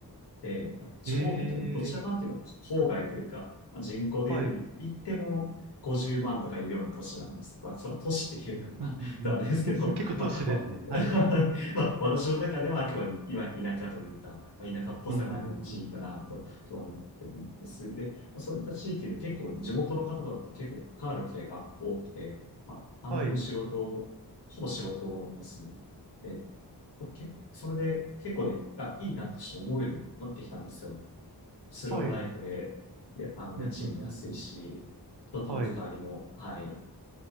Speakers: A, on the left; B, on the right.
A: で、地方とい言ってもどちらかというと郊外というか、
B: ええ、
A: まあ人口で言うと言っても50万とかいるような都市なんですけど、
B: はい。うん、
A: まあそれは都市って言えるのかな
B: うん、
A: <laughs> とあれですけど、
B: うん。<laughs> 結構都市ですね。
A: まあ、わ <laughs>
B: はい。
A: まあ、私の中ではあくまで今田舎というか、まあ、田舎っぽさがあるような地域だなと思ってるんです。
B: うん、うん、うん。うん
A: で、まあそういった地域で結構地元の方々と結構関わる機会が多くて、まあ、半分仕事、
B: はい、
A: ほぼ仕事ですね。でけ、それで結構ね、あ、いいなってちょっと思うようになってきたんですよ。スローライフで、
B: はい。うん、
A: で、あの、家賃も安いし、
B: うん、うん、うん。
A: 人との関わりも、
B: はい、
A: はい。